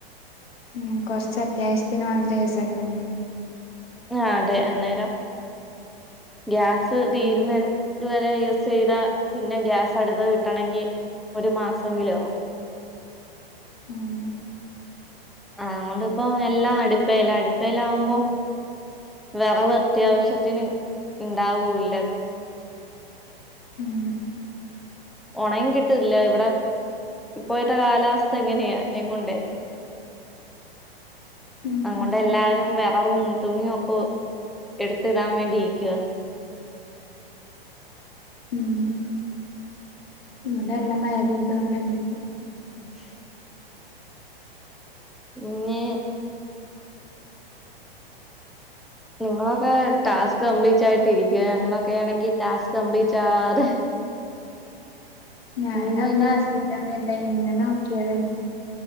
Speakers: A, on the left; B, in the centre.
A: ഉം കൊറച്ച് അത്യാവശ്യത്തിന് മാത്രം യൂസാക്കുന്നു
B: ആഹ് അതെ അന്നേരം ഗ്യാസ് തീരുന്ന
A: ഉം
B: അൻ <unintelligible> <unintelligible> യൂസെയ്താ പിന്നെ ഗ്യാസ് അടുത്തത് കിട്ടണങ്കി ഒരു മാസൊങ്കിലും ആവും
A: ഉം
B: ആഹ് അതുകൊണ്ട് ഇപ്പോം എല്ലാം അടുപ്പേല അടുപ്പേല് ആവുമ്പോ വെറവ് അത്യാവശ്യത്തിന് ഇണ്ടാവൂല്ല
A: ഉം
B: ഒണങ്ങി കിട്ട്ല്ല ഇവടെ ഇപ്പോയത്തെ കാലാവസ്ഥ എങ്ങനെയാ എങ്ങുണ്ടേ
A: ഉം
B: അതും കൊണ്ട് എല്ലാവരും വെറവും തുണിയും ഒക്കൊ എടുത്തിടാൻ വേണ്ടി യിക്കുവാ
A: ഉം ഇവ്ടെ നല്ല മഴ പെയ്ത് കാണ്ട് <unintelligible>
B: !!!!!!!! ന്ന് നിങ്ങളൊക്കെ ടാസ്ക് കംപ്ലീറ്റ് ആയിട്ടിരിക്കുവ ഞങ്ങളൊക്കെ ആണെങ്കി ടാസ്ക് കംപ്ലീറ്റ് ആവാതെ
A: ഞാനന്ന്
B: ഇങ്ങനെ
A: <unintelligible> ഇന്ന് നോക്കിയതന്നെ